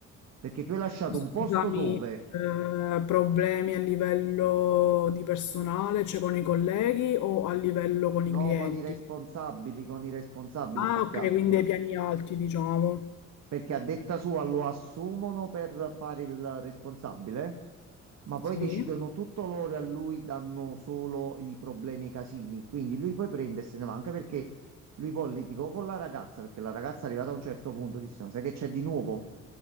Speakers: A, on the right; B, on the left.
A: Perché tu hai lasciato
B: Scusami,
A: un posto dove,
B: eh, problemi a livello di personale, cioè con i colleghi o a livello con
A: no,
B: i clienti?
A: con i responsabili, con i responsabili
B: Ah,
A: più
B: ok,
A: che altro.
B: quindi ai piani alti, diciamo.
A: Perché a detta sua lo assumono per fare il responsabile, ma poi
B: Sì,
A: decidono tutto loro e a lui danno solo i problemi e i casini. Quindi lui poi prende e se ne va, anche perché lui poi litigò con la ragazza, perché la ragazza arrivata a un certo punto disse, ma sai che c'è di nuovo?